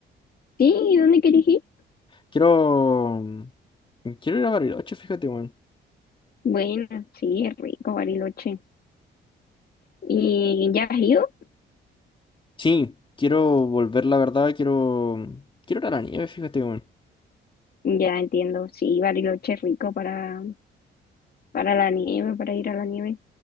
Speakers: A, on the left; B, on the left.
A: Sí, ¿y dónde quieres ir?
B: Quiero... mm, Quiero ir a Bariloche, fíjate, weón.
A: Bueno, sí, es rico, Bariloche. ¿Y ya has ido?
B: Sí, quiero volver, la verdad, quiero... Quiero ir a la nieve, fíjate, weón.
A: Ya entiendo, sí, Bariloche es rico para, para la nieve, para ir a la nieve.